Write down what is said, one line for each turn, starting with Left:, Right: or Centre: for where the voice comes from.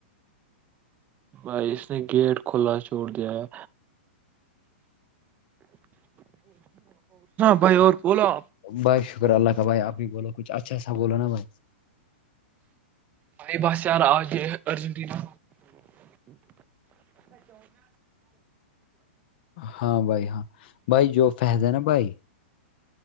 Right: بھائی اس نے گیٹ کھلا چھوڑ دیا ہے بھائی اور بولا
Left: بھائی شکر اللہ کا بھائیپ بھی بول کچھ اچھا سا بولو نا بھائی
Right: بائی بس یار آججے ارجنٹینا
Left: ہاں بھائی ہاں بھائی جو فہد ہے نا بھائی